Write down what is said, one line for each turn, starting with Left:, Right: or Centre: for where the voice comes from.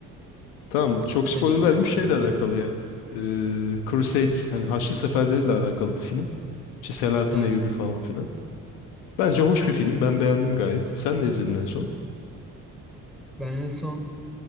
Left: Tamam çok
Centre: Cennetin
Left: spoiler vermiş
Centre: Krallığı'nı.
Left: şeyle alakalı yani. Ee, Crusades hani Haçlı Seferleri'yle alakalı bir film. İşte Selahattin
Centre: Ha,
Left: Eyyubi falan filan. Bence hoş bir film. Ben beğendim gayet. Sen ne izledin en son?
Centre: ben en son